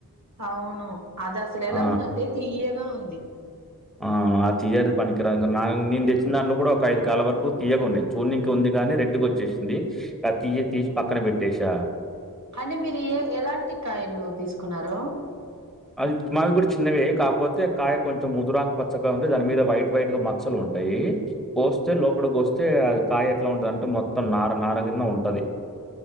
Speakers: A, on the right; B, in the centre.
A: అవును అది అసలు ఎలా
B: ఆ!
A: ఉందంటే తీయగా ఉంది
B: ఆ ఆ తీయేది పనికిరా నే తెచ్చిన దాంలో కూడా ఒక ఐదు కాల వరకు తీయగా ఉన్నాయి చూర్నికి ఉంది కానీ రెడ్చ్చ వచ్చేసింది ఇ తీయ తీసి పక్కన పెట్టేసా
A: కాని మీరు ఏ ఎలాంటి కాయలు తీసుకున్నారు
B: అది మావి కూడా చిన్నవే కాపోతే కాయ కొంచెం ముదురా వైట్ వైట్ గా మచ్చలు ఉంటాయి పోస్తే లోపలి పోస్తే అది కాయ ఎట్లా ఉంటందింటే మొత్తం న ఆర కింద ఉంటది